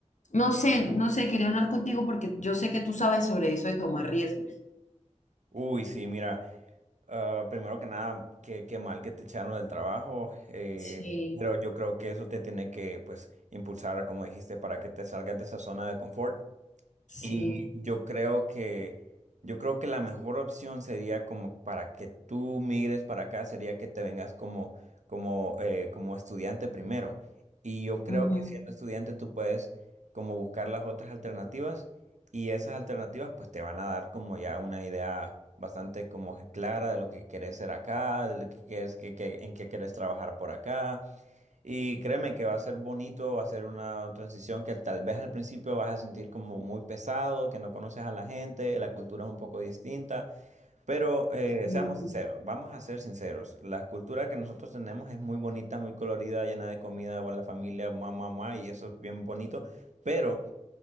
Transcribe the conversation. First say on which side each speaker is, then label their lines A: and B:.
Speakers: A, on the left (about 80°); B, on the right (about 75°).
A: no sé, no sé, quería hablar contigo porque yo sé que tú sabes sobre eso de tomar riesgos.
B: Uy, sí, mira, ah, primero que nada, qué, qué mal que te echaron del trabajo, eh,
A: Sí,
B: pero yo creo que eso te tiene que, pues, impulsar, como dijiste, para que te salgas de esa zona de confort.
A: sí.
B: Y yo creo que, yo creo que la mejor opción sería como para que tú migres para acá, sería que te vengas como, como, eh, como estudiante primero. Y yo creo
A: ujú.
B: que siendo estudiante tú puedes como buscar las otras alternativas y esas alternativas pues te van a dar como ya una idea bastante como clara de lo que querés ser acá, de lo que quieres, que, que- en qué querés trabajar por acá. Y créeme que va a ser bonito, va a ser una transición que tal vez al principio vas a sentir como muy pesado, que no conoces a la gente, la cultura es un poco distinta, pero eh,
A: Mm.
B: seamos sinceros, vamos a ser sinceros, la cultura que nosotros tenemos es muy bonita, muy colorida, llena de comida, buena familia, mamá, mamá, y eso es bien bonito, pero